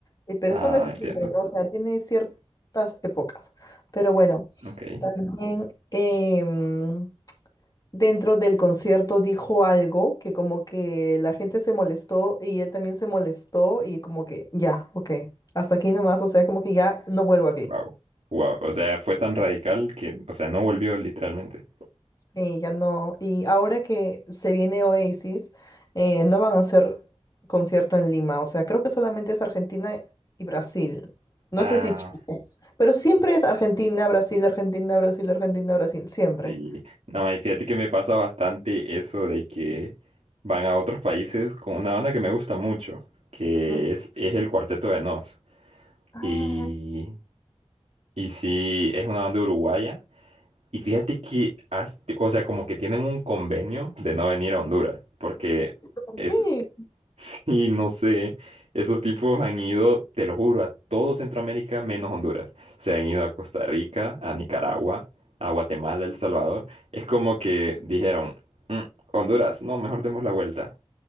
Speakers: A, on the left; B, on the right.
A: Eh, pero
B: Ah,
A: eso no es
B: entiendo.
A: siempre, ¿no? O sea, tiene ciertas épocas. Pero bueno,
B: Ok.
A: también... em, dentro del concierto dijo algo que como que la gente se molestó y él también se molestó y como que ya, ok, hasta aquí nomás, o sea, como que ya no vuelvo aquí.
B: Wow. Wow. O sea, fue tan radical que, o sea, no volvió literalmente.
A: Sí, ya no. Y ahora que se viene Oasis, eh, no van a hacer concierto en Lima, o sea, creo que solamente es Argentina y Brasil. No
B: Ah,
A: sé si Chile, pero siempre es Argentina, Brasil, Argentina, Brasil, Argentina, Brasil, siempre.
B: sí. No, y fíjate que me pasa bastante eso de que van a otros países con una banda que me gusta mucho, que
A: Ujú.
B: es, es el Cuarteto de Nos.
A: Ay,
B: Y, y sí, es una banda uruguaya Y fíjate que, has- o sea, como que tienen un convenio de no venir a Honduras, porque
A: ¿por
B: es,
A: qué?
B: <laughs> sí, no sé, esos tipos han ido, te lo juro, a todo Centroamérica menos Honduras. Se han ido a Costa Rica, a Nicaragua, a Guatemala, El Salvador. Es como que dijeron, "Mm, Honduras, no, mejor demos la vuelta